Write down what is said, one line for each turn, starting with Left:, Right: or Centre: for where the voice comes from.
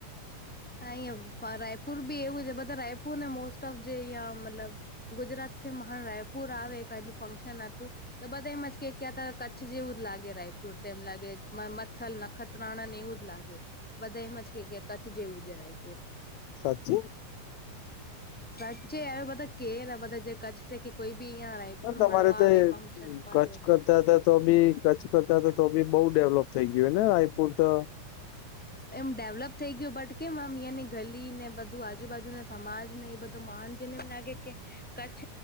Centre: હા રાયપુર બી એવું છે બધા રાયપુર ને મોસ્ટ ઓફ જે અયા મતલબ ગુજરાત થી મહા રાયપુર આવે ક બી ફંક્શન <unintelligible> તો બધા એમ જ કે ક્યાં કચ્છ જેવું જ લાગે રાયપુર તો એમ લાગે મચ્થલ નખ તણ ને એવું જ લાગે બધા એમ જ કે કે કચ્છ જેવું છે રાયપુર.
Left: સાચી?
Centre: સાચે હવે બધા કેર આ બધા જે કચ્છ કે કોઈ બી અહં રાયપુર
Left: તમારે
Centre: મળવા
Left: તે
Centre: આવે ફંક્શન પર
Left: કચ્છ
Centre: આવે
Left: કરતા
Centre: તો.
Left: હતા તો બી કચ્છ કરતા તો તો બી બઉ ડેવલોપ થઈ ગયું ને રાયપુર તો?
Centre: એમ ડેવલપ થઈ ગયું બટ કેમ આમ અહીંયા ને ગલી ને બધું આજુબાજુના સમાજ ને એ બધું તો માણસ જોઈને લાગે કે કચ્છ